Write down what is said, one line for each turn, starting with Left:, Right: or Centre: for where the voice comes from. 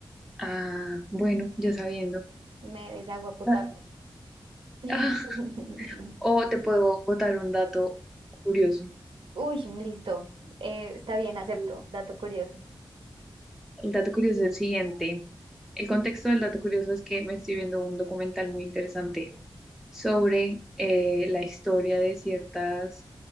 Centre: Ah, bueno, ya sabiendo.
Right: me des agua potable.
Centre: Ah,
Right: <laughs>
Centre: ah, o te puedo botar un dato curioso.
Right: Uy, listo, eh, está bien, acepto,
Centre: Mm.
Right: dato curioso.
Centre: El dato curioso es el siguiente. El contexto del dato curioso es que me estoy viendo un documental muy interesante sobre eh, la historia de ciertas